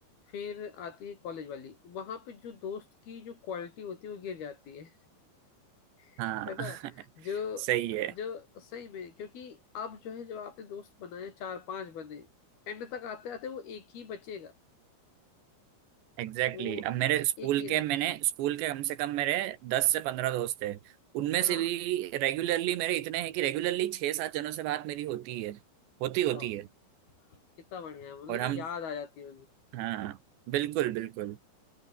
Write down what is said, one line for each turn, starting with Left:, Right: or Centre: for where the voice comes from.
Left: फिर आती है कॉलेज वाली वहां पे जो दोस्त की जो क्वालिटी होती है वो गिर जाती है <laughs>
Right: हाँ
Left: है ना
Right: <laughs>
Left: जो
Right: सही है
Left: जो सही में क्योंकि अब जो है जब आपने दोस्त बनाए चार पांच बने एंड तक आते आते वो एक ही बचेगा
Right: Exactly
Left: वो
Right: exactly. अब मेरे स्कूल
Left: एक ही रह
Right: के
Left: जाए
Right: मैंने स्कूल के कम से कम मेरे दस से पंद्रह दोस्त हैं उनमें
Left: हाँ
Right: से भी रेगुलरली मेरे इतने हैं कि रेगुलरली छह सात जनों से बात मेरी होती है होती
Left: बताओ
Right: होती है
Left: कितना बढ़िया है मतलब
Right: और
Left: कि
Right: हम
Left: याद आ जाती होगी
Right: हाँ बिल्कुल बिल्कुल